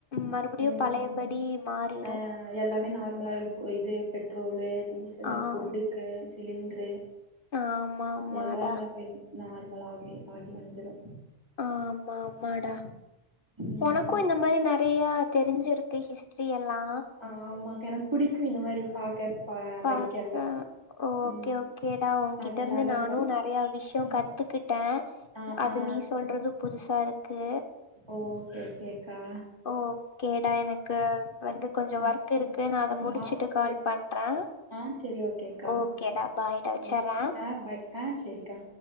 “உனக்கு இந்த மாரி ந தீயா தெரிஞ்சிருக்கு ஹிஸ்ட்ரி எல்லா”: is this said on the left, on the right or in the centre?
Left